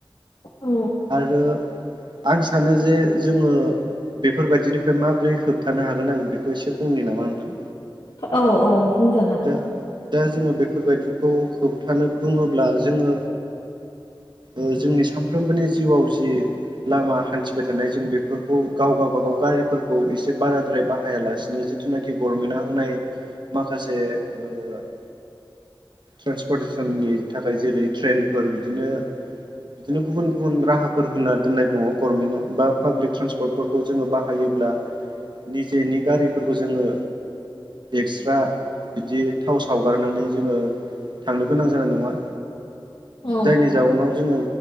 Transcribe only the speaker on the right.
आरो आं सानो जे जोङो बेफोरबायदिनिफ्राय माबोरै होबथानो हागोन आं इसे बुंनो नामा नोंथां
दा- दा जोङो बेफोरबायदिखौ होबथानो बुङोब्ला जोङो ओ जोंनि सानफ्रोमबोनि जिउआव जि लामा हान्थिबाय थानाय जों बेफोरखौ गावगा -बागाव गा नायफोरखौ एसे बाराद्राय बाय बाहायालासिनो जिथुनाखि गभनमेन्टआ होनाय माखासे ओ ट्रेन्सपर्टेसननि थाखाय जेरै ट्रेनफोर बिदिनो बिदिनो गुबुन -गुबुन राहाफोर होना दोननाय दङ गभर्नमेन्टआ बा पाब्लिक ट्रेन्सपर्टफोरखौ जोङो बाहायो ब्ला निजेनि गारिफोरखौ जोङो एक्सट्रा बिदि थाव सावगारनानै जोङो थांनो गोनां जानाय नङा।
जायनि जाउनाव जोङो